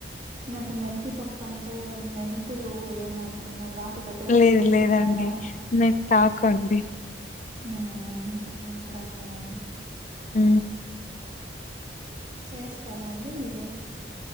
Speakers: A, on the right; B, on the left.
A: నాకు మెంతిపప్పు అంటే మెంతులు ఏమోను అనుకున్నా వాటితో కూడా
B: లేదు
A: పప్పు
B: లేదండి.
A: చేస్తారా
B: మెంతాకండి
A: ఊ ఇప్పుడు అర్ధమైంది
B: ఊ
A: చేస్తారా అండి మీరు